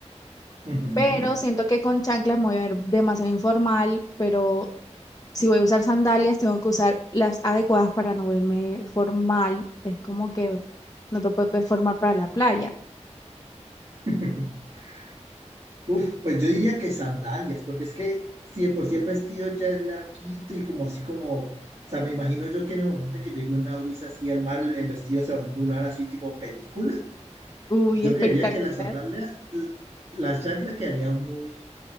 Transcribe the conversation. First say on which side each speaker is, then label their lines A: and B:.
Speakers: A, on the right (about 55°); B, on the left (about 30°).
A: ujú.
B: pero siento que con chanclas me voy a ver demasiado informal, pero si voy a usar sandalias, tengo que usar las adecuadas para no verme formal. Es como que no te puedes ver formal para la playa.
A: <laughs> Uf, pues yo diría que sandalias, porque es que si de por sí el vestido ya es larguito y como así como, o sea, me imagino yo que en el momento en que llegue una brisa así al mar, el, el vestido se va a ondular así tipo película,
B: Uy,
A: Yo
B: espectacular.
A: creería que la sandalia, l- la chancla quedaría muy,